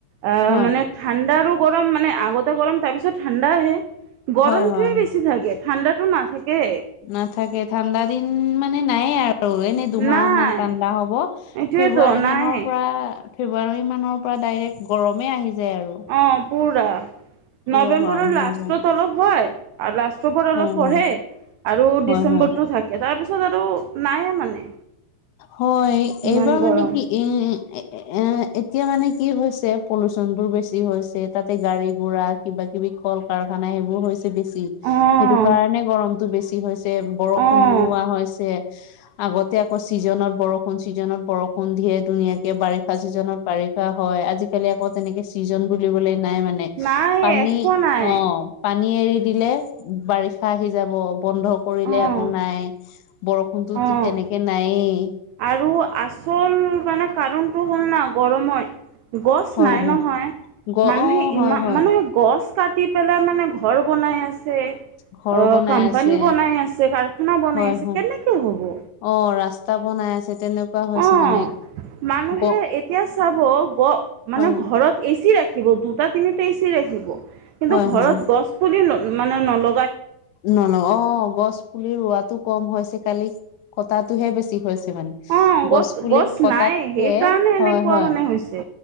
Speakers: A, on the right (about 85°); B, on the left (about 75°).
A: আ
B: হয়
A: মানে ঠাণ্ডাৰো গৰম মানে আগতে গৰম তাৰ পিছত ঠাণ্ডা আহে গৰমটোৱে
B: হয় হয়
A: বেছি থাকে ঠাণ্ডাটো নাথাকে
B: নাথাকে ঠাণ্ডা দিন মানে নাই আৰু আৰু এনেই দুমাহ
A: নাই
B: মান ঠাণ্ডা হব
A: এইটোৱেতো
B: ফেব্ৰুৱাৰী
A: নাই
B: মানৰ পৰা ফেব্ৰুৱাৰী মানৰ পৰা ডাইৰেক্ট গৰমেই আহি যায় আৰু
A: অ' পুৰা
B: পুৰা
A: নৱেম্বৰৰ
B: গৰম
A: লাষ্টত
B: হৈ যায়
A: অলপ হয় আৰু লাষ্ট অক্টোবৰত
B: হয়
A: অলপ পঢ়ে
B: হয়
A: আৰু
B: হয়
A: ডিচেম্বৰতটো
B: হয়
A: থাকে তাৰপিছত আৰু নায়ে মানে
B: হয়
A: ইমান
B: এইবাৰ
A: গৰম।
B: মানে কি এ এ এতিয়া মানে কি হৈছে পলুচন বোৰ বেছি হৈছে তাতে গাড়ী গুৰা কিবা কিবি কল কাৰ কাৰণে এইবোৰ হৈছে বেছি সেইটো
A: অ'
B: কাৰণে গৰমতটো বেছি হৈছে বৰষুণ
A: অ'
B: নোহোৱা হৈছে আগতে আকৌ চিজনত বৰষুণ চিজনত বৰষুণ দিয়ে ধুনীয়াকে বাৰিষা চিজনত বাৰিষা হয় আজিকালি আকৌ তেনেকে চিজন বুলিবলে নাই মানে
A: নাই
B: পানী
A: একো নাই
B: অ পানী এৰি দিলে বাৰিষা আহি যাব বন্ধ কৰিলে
A: অ'
B: আকৌ নাই বৰষুণটোতো
A: অ'।
B: তেনেকে নায়েই
A: আৰু আচল মানে কাৰণতটো হ'ল না গৰমত গছ
B: হয়
A: নাই
B: হয়
A: নহয়
B: গ
A: মানুহে
B: অ
A: ইমান
B: হয় হয়
A: মানুহে গছ কাট কাটি পেলাই মানে ঘৰ বনাই আছ ছে, অ
B: ঘৰ বনাই
A: কোম্পানী
B: আছে
A: বনাই আছে কাৰখানা বনাই
B: হয়
A: আছে
B: হয়
A: কেনেকে হব
B: অ ৰাস্তা বনাই আছে। তেনেকুৱা হৈছে
A: অ
B: মানে
A: মানুহে
B: গ
A: এতিয়া চাব গ মানে
B: হয়
A: ঘৰত এ চি ৰাখ খিব দুটা তিনিটা এ চি ৰাখিব কিন্তু
B: হয় হয়
A: গছ পুলি ন মানে নল
B: নল, অ গছ পুলি ৰোৱাটো কম হৈছে কালি কটাটোহে বেছি হৈছ তে মানে
A: অ'
B: গছ পুলি কটাতকে,
A: নাই সেইকাৰণে এনেকুৱা
B: হয় হয়।
A: মানে হৈছে